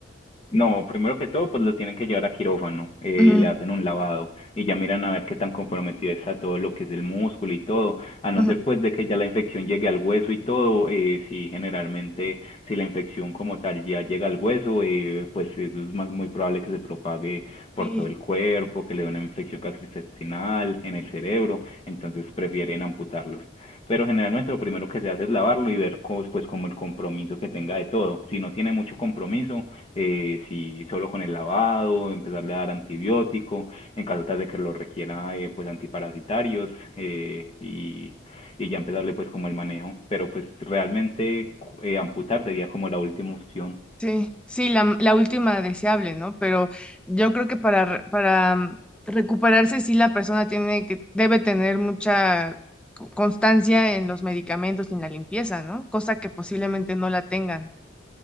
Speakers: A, on the left; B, in the centre.
A: No, primero que todo, pues lo tienen que llevar a quirófano eh,
B: Mm.
A: y le hacen un lavado y ya miran a ver qué tan comprometido está todo lo que es el músculo y todo, a no
B: Ujú,
A: ser
B: ujú.
A: pues de que ya la infección llegue al hueso y todo, eh, sí, generalmente si la infección como tal ya llega al hueso, eh, pues eso es más muy probable que se propague por
B: Sí.
A: todo el cuerpo, que le dé una infección gastrointestinal, en el cerebro, entonces prefieren amputarlos pero generalmente lo primero que se hace es lavarlo y ver cómo, pues como el compromiso que tenga de todo. Si no tiene mucho compromiso, eh, si solo con el lavado, empezarle a dar antibiótico, en caso tal de que lo requiera, eh, pues antiparasitarios eh, y, y ya empezarle pues como el manejo. Pero pues realmente eh, amputar sería como la última opción.
B: Sí, sí, la, la última deseable, ¿no? Pero yo creo que para, re- para mm, recuperarse, sí, la persona tiene que, debe tener mucha co- constancia en los medicamentos y en la limpieza, ¿no? Cosa que posiblemente no la tengan.